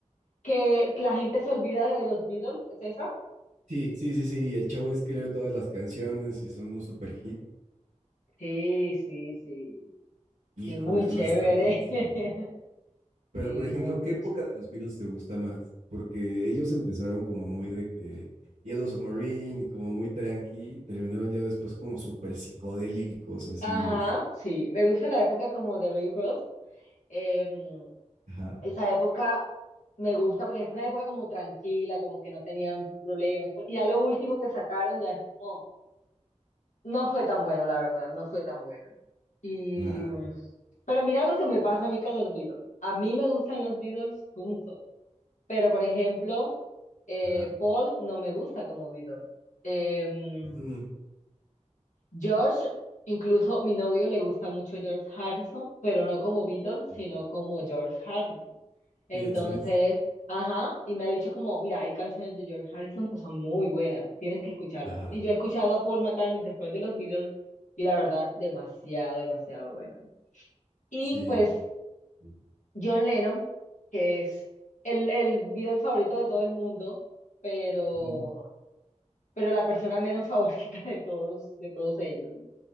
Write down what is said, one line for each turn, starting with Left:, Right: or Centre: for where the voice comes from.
Left: Que la gente se olvida de los Beatles, ¿es esa?
Right: Sí, sí, sí, sí. Y el chavo escribe todas las canciones y son un super hit.
Left: Sí, sí, sí.
Right: Híjole,
Left: Sí, muy chévere.
Right: no, está buenísimo.
Left: <laughs>
Right: Pero,
Left: Sí,
Right: por ejemplo,
Left: muy, muy
Right: ¿qué época
Left: chévere.
Right: de los Beatles te gusta más? Porque ellos empezaron como muy de que Yellow Submarine y como muy tranqui. Terminaron ya después como súper psicodélicos, así.
Left: Ajá,
Right: este,
Left: sí. Me gusta la época como de Baby Ruth. Em,
Right: Ajá,
Left: esa época me gusta porque es una época como tranquila, como que no tenían problemas. Porque ya lo último que sacaron ya es como No fue tan bueno, la verdad, no fue tan bueno. Y...
Right: claro.
Left: Pero mira lo que me pasa a mí con los Beatles. A mí me gustan los Beatles juntos, pero por ejemplo, eh,
Right: Ajá.
Left: Paul no me gusta como Beatles. Em,
Right: Ujú.
Left: George, incluso mi novio le gusta mucho George Harrison, pero no como Beatles, sino
Right: Sí,
Left: como George Harrison. Entonces,
Right: sí, en solista.
Left: ajá, y me ha dicho como, mira, hay canciones de George Harrison que son muy buenas, tienes que escucharlas.
Right: Ajá.
Left: Y yo he escuchado a Paul McCartney después de los Beatles y la verdad, demasiado, demasiado bueno. Y
Right: Sí.
Left: pues
Right: Sí.
Left: John Lennon, que es el, el Beatle favorito de todo el mundo, pero,
Right: Mm,
Left: pero la persona menos <laughs> favorita de todos, de todos ellos, ¿no?